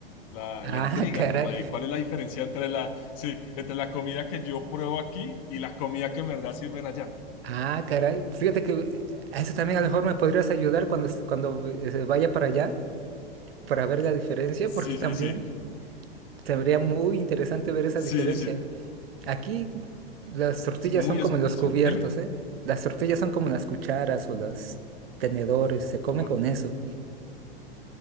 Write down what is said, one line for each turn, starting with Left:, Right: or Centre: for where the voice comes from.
Left: la,
Right: Ah,
Left: la intriga,
Right: caray.
Left: como de cuál es la diferencia entre la, sí, entre la comida que yo pruebo aquí y la comida que en verdad sirven allá.
Right: Ah, caray. Fíjate que a eso también a lo mejor me podrías ayudar cuando, es- cuando eh, vaya para allá para ver la diferencia,
Left: Sí,
Right: porque también...
Left: sí, sí.
Right: Sería muy interesante ver esa
Left: Sí,
Right: diferencia.
Left: sí,
Right: Aquí las tortillas
Left: sí, muy
Right: son como
Left: es,
Right: los
Left: sí,
Right: cubiertos,
Left: dime,
Right: ¿eh? Las tortillas son como las cucharas o los tenedores, se come
Left: Oh,
Right: con eso.